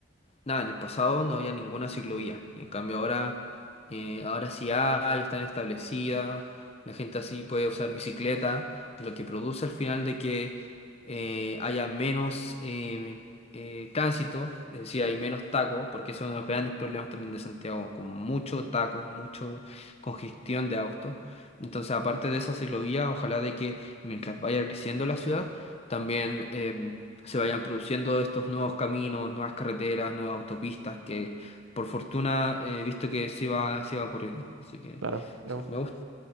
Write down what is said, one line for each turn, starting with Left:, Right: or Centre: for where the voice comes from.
Left: nada, en el pasado no había ninguna ciclovía. Y en cambio ahora, eh, ahora sí hay, están establecidas, la gente así puede usar bicicleta, lo que produce al final de que eh, haya menos eh, eh, tránsito, es decir, hay menos tacos, porque eso es uno de los grandes problemas también de Santiago, como mucho taco, mucho congestión de autos. Entonces, aparte de esa ciclovía, ojalá de que mientras vaya creciendo la ciudad, también em, se vayan produciendo estos nuevos caminos, nuevas carreteras, nuevas autopistas, que por fortuna he visto que sí va, sí va ocurriendo. Así que
Right: Claro, es
Left: sí,
Right: un
Left: me gusta.